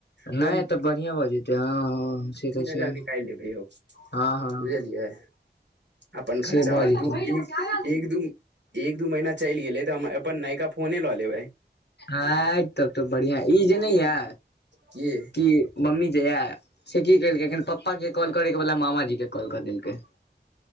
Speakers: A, on the right; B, on the left.
A: हम
B: नहि तऽ बढ़िआँ भऽ जेतै हँ हँ
A: तीन
B: से तऽ छै
A: हजार निकालि लेबै हम
B: हँ हँ
A: बुझलियै अपन खर्चा
B: से भऽ
A: आओर
B: जेतै
A: दू ई एक दू एक दू महीना चलि गेले तऽ हम अपन नयका फोने लऽ लेबै
B: आइ तब तऽ बढ़िया ई जे नय यै
A: के
B: कि मम्मी जे या से की केलकै एखन पप्पा के कॉल करे के बदला मामाजी के कॉल क देलकै